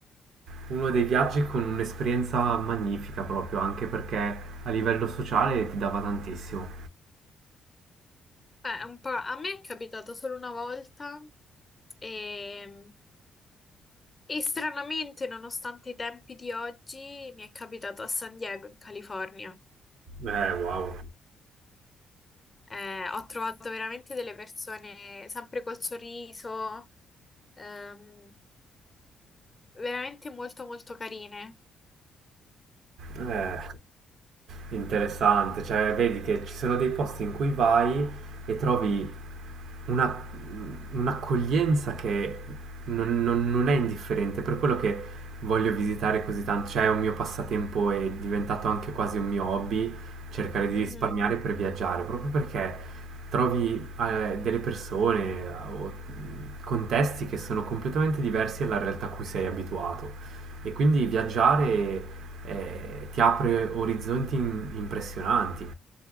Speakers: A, on the right; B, on the left.
A: Uno dei viaggi con un'esperienza magnifica proprio, anche perché a livello sociale ti dava tantissimo.
B: Beh, un po'... A me è capitato solo una volta e... e stranamente, nonostante i tempi di oggi, mi è capitato a San Diego, in California.
A: Eh, wow.
B: Eh, ho trovato veramente delle persone sempre col sorriso, ehm, veramente molto molto carine.
A: Eh, interessante, cioè vedi che ci sono dei posti in cui vai e trovi una, un'accoglienza che non, non- non è indifferente, per quello che voglio visitare così tanto, cioè è un mio passatempo è diventato anche quasi un mio hobby, cercare di
B: Mhm.
A: risparmiare per viaggiare, proprio perché trovi eh, delle persone eh, o contesti che sono completamente diversi dalla realtà a cui sei abituato. E quindi viaggiare eh, ti apre orizzonti in- impressionanti.